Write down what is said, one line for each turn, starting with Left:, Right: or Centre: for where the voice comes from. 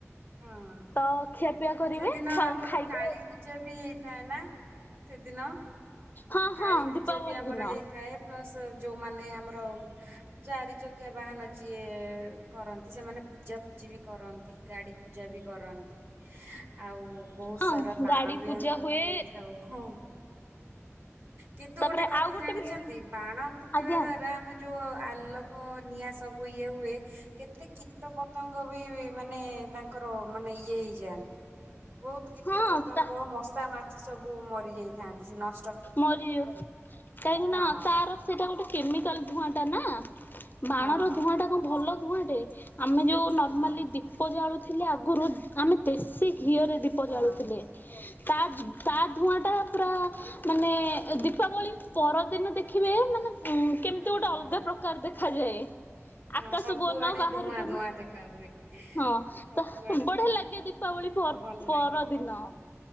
Right: ହଁ
Left: ତ ଖିଆପିଆ କରିବେ
Right: ସେଦିନ ଆମର
Left: ଖାଇକି
Right: କାଳୀ ପୂଜା ବି ହେଇଥାଏ ନା। ସେଦିନ
Left: ହଁ
Right: କାଳୀ
Left: ହଁ
Right: ପୂଜା
Left: ଦୀପାବଳି
Right: ବି ଆମର
Left: ଦିନ
Right: ହେଇଥାଏ ତ ପ୍ଲସ୍ ଯୋଉମାନେ ଆମର ଚାରି ଚକିଆ ବାହାନ ଯିଏ କରନ୍ତି ସେମାନେ ପୂଜାପୂଜି ବି କରନ୍ତି ଗାଡି ପୂଜା ବି କରନ୍ତି। ଆଉ ବହୁତ
Left: ହଁ
Right: ସାରା ବାଣ
Left: ଗାଡି
Right: ବି
Left: ପୂଜା
Right: ଆମେ ଫୁଟେଇଥାଉ
Left: ହୁଏ
Right: ହଁ। କିନ୍ତୁ
Left: ତାପରେ
Right: ଗୋଟେ କଥା
Left: ଆଉ ଗୋଟେ
Right: ଜାଣିଛନ୍ତି
Left: ବି
Right: ବାଣ ଫୁଟିବା
Left: ଆଜ୍ଞା
Right: ଦ୍ଵାରା ଆମ ଯୋଉ ଆଲୋକ ନିଆଁ ସବୁ ଇଏ ହୁଏ କେତେ କୀ କୀଟ ପତଙ୍ଗ ବି ମାନେ ତାଙ୍କର ମାନେ ଇଏ ହେଇଯାଆନ୍ତି। ବହୁତ କୀଟ
Left: ହଁ
Right: ପତଙ୍ଗ
Left: ତା
Right: ମଶା ମାଛି ସବୁ ବୁ ମରିଯାଇଥାନ୍ତି ସେ ନ
Left: ମରିଯାଉଚି କାହିଁକି
Right: ହଁ
Left: ନା ତାର ସେଇଟା ଗୋଟେ କେମିକାଲ ଧୁଆଁଟା ନା। ବାଣର
Right: ହଁ
Left: ଧୂଆଁ ଟା କଣ ଭଲ ଧୂଆଁ ଟେ ଆମେ ଯୋଉ ନର୍ମାଲି
Right: ହଁ
Left: ଦୀପ ଜାଳୁ ଥିଲେ ଆଗରୁ ଆମେ ଦେଶୀ ଘିଅରେ ଦୀପ
Right: ହଁ।
Left: ଜାଳୁଥିଲେ। ତା ତା ଧୂଆଁ ଟା ପୁରା ମାନେ ଦୀପାବଳୀ ପରଦିନ ଦେଖିବେ ମାନେ ଉଁ କେମିତି
Right: ହଁ
Left: ଗୋଟେ ଅଲଗା
Right: ହଁ
Left: ପ୍ରକାର ଦେଖାଯାଏ।
Right: ହଁ
Left: ଆକାଶକୁ
Right: ସବୁଆଡେ
Left: ଅନାଅ ବାହାରକୁ
Right: ଧୂଆଁ
Left: ଅନାଅ।
Right: ଧୂଆଁ ଦେଖା ହୁଏ
Left: ହଁ
Right: ସବୁଆଡେ
Left: ତ ବଢିଆ
Right: ଧୂ
Left: ଲାଗେ
Right: ହଁ
Left: ଦୀପାବଳି
Right: ଭଲ
Left: ପରଦିନ।
Right: ଲାଗେ ହଁ ହଁ